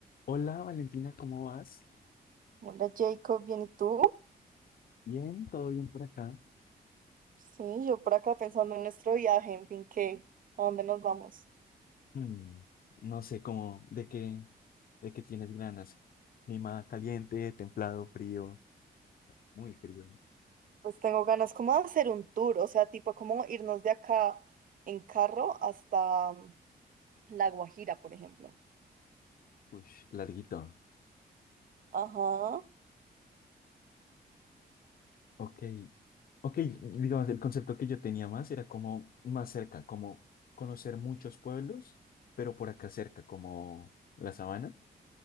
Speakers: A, on the left; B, on the right.
A: Hola Valentina, ¿cómo vas?
B: Hola Jacob, ¿bien y tú?
A: Bien, todo bien por acá.
B: Sí, yo por acá pensando en nuestro viaje, en fin, ¿qué? ¿A dónde nos vamos?
A: Mm, no sé cómo, de qué, de qué tienes ganas. Clima caliente, templado, frío, muy frío.
B: Pues tengo ganas como de hacer un tour, o sea, tipo como irnos de acá en carro hasta mm, La Guajira, por ejemplo.
A: Uy, larguito.
B: Ajá,
A: Ok, ok, digamos, el concepto que yo tenía más era como más cerca, como conocer muchos pueblos, pero por acá cerca, como la sabana,